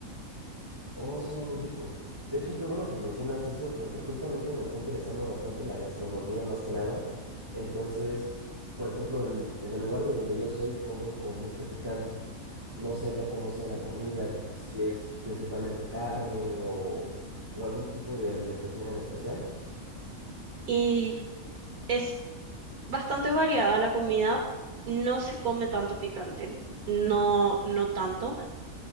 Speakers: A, on the right; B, on the right.
A: Oh, suena muy rico. De hecho, qué bueno que mencionas eso porque justamente me está interesando bastante la gastronomía más que nada. Entonces, por ejemplo, en, en el lugar de donde yo soy comen con mucho picante. No sé ya cómo sea la comida, principalmente carne o, o algún tipo de alimentación en especial.
B: Y es bastante variada la comida, no se come tanto picante, no, no tanto.